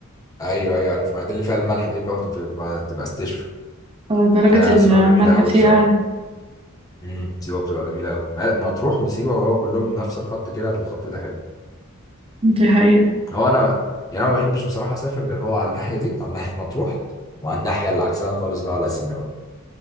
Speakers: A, on the left; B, on the right.
A: ايوه ايوه عارف ما دي اللي فيها الملح دي برضه بتبقى بتبقى استشفى
B: آه، درجة
A: لا
B: الملح
A: سيوه جميله قوي
B: فيها
A: بصراحه
B: عالية
A: امم سيوه بتبقى جميله قوي مطروح وسيوه وهو كلهم من نفس الخط كده الخط ده حلو
B: دي حقيقة
A: هو انا يعني انا ما بحبش بصراحه اسافر غير هو على الناحيه دي على ناحيه مطروح وعلى الناحيه اللي عكسها خالص بقى على سينا بقى